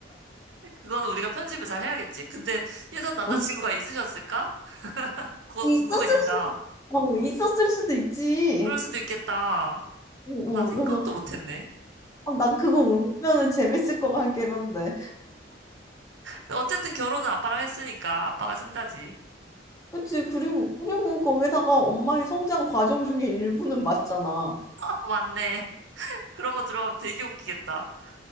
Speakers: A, on the right; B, on the left.
A: 그거는 우리가 편집을 잘 해야겠지. 근데 예전 남자친구가
B: 어.
A: 있으셨을까? 그거
B: 있었을
A: 궁금해진다.
B: 수도, 어, 있었을 수도 있지.
A: 그럴 수도 있겠다.
B: 어,
A: 어, 나 생각도
B: 어, 그래서
A: 못했네.
B: 아, 난 그거 울면은 재밌을 것 같긴 한데.
A: 근데 어쨌든 결혼은 아빠랑 했으니까 아빠가 승자지.
B: 그치, 그리고, 그리고 거기다가 엄마의 성장 과정 중에 일부는 맞잖아.
A: <laughs> 맞네. 그런 거 들어가면 되게 웃기겠다.